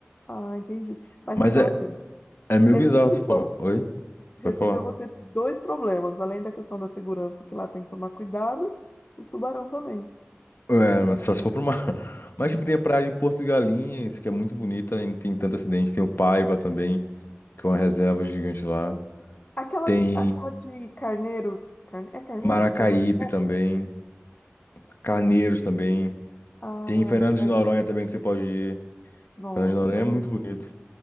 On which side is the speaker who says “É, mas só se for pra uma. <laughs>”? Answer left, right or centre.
Left